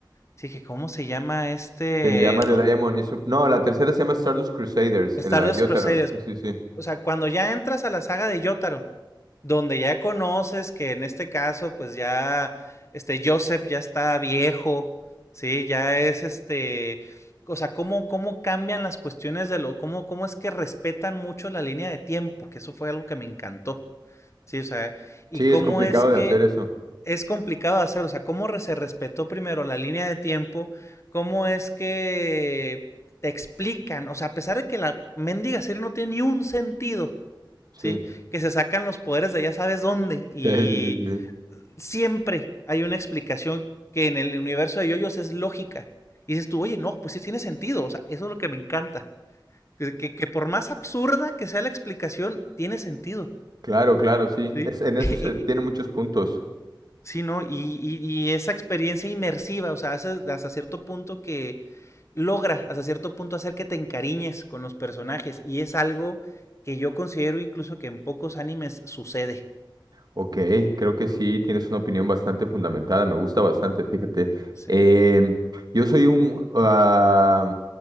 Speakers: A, on the left; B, on the right.
A: sí que ¿cómo se llama este?
B: Se llama The
A: Don,
B: Diamond Is... No, la tercera se llama Stardust Crusaders,
A: Stardust
B: en la de Yotaro.
A: Crusaders?
B: Sí, sí, sí.
A: O sea, cuando ya entras a la saga de Yotaro, Donde ya conoces que en este caso, pues ya, este, Joseph ya está viejo, ¿sí? Ya es este, o sea, cómo, cómo cambian las cuestiones de lo, cómo, cómo es que respetan mucho la línea de tiempo, que eso fue algo que me encantó, ¿sí? O sea, y
B: Sí,
A: cómo
B: es complicado
A: es que
B: de hacer eso.
A: es complicado de hacer, o sea, cómo re- se respetó primero la línea de tiempo, cómo es que te explican, o sea, a pesar de que la mendiga serie no tiene ni un sentido,
B: Sí.
A: ¿sí?
B: <laughs>
A: Que se sacan los poderes de ya sabes dónde. Y
B: Sí, sí, sí, sí.
A: siempre hay una explicación que en el universo de yoyos es lógica. Y dices tú, oye, no, pues sí tiene sentido. O sea, eso es lo que me encanta. Que, que, que por más absurda que sea la explicación, tiene sentido,
B: Claro, claro, sí.
A: ¿sí?
B: Es, en eso
A: <laughs>
B: se tiene muchos puntos.
A: sí, ¿no? Y, y, y, esa experiencia inmersiva, o sea, hace, hasta cierto punto que logra, hasta cierto punto, hacer que te encariñes con los personajes. Y es algo que yo considero incluso que en pocos animes sucede.
B: Ok, creo que sí, tienes una opinión bastante fundamentada, me gusta bastante, fíjate.
A: Sí.
B: Em, yo soy un... ah,